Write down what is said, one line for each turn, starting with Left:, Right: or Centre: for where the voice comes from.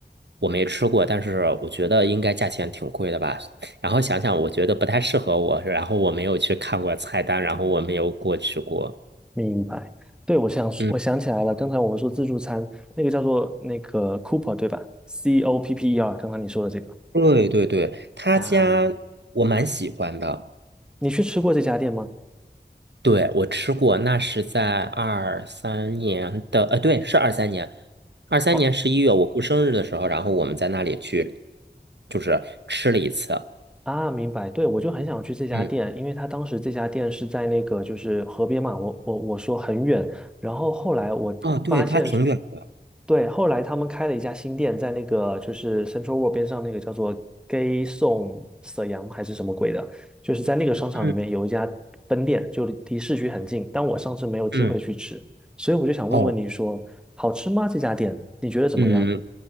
Right: 我没吃过，但是我觉得应该价钱挺贵的吧。然后想想，我觉得不太适合我，然后我没有去看过菜单，然后我没有过去过。
Centre: 明白。对，我想我想起来了，
Right: 嗯，
Centre: 刚才我们说自助餐，那个叫做那个 Cooper 对吧？C O P P E R，刚刚你说的这个
Right: 对对对，他家我蛮喜欢的。
Centre: 啊，你去吃过这家店吗？
Right: 对，我吃过，那是在二三年的，呃，对，是二三年，二三年十一月我过生日的时候，
Centre: 哦。
Right: 然后我们在那里去，就是吃了一次。
Centre: 啊，明白。对，我就很想去这家店，
Right: 嗯，
Centre: 因为他当时这家店是在那个就是河边嘛，我我我说很远，然后后来我发现是
Right: 哦，对，他挺远的。
Centre: 对，后来他们开了一家新店，在那个就是 Central World 边上那个叫做 Gay Song 沈阳还是什么鬼的，就是在那个商场里面有一家分店，
Right: 嗯。
Centre: 就离市区很近，但我上次没有机会去吃，
Right: 嗯，
Centre: 所以我就想问问你说，
Right: 哦，
Centre: 好吃吗？这家店你觉得怎么样？
Right: 嗯，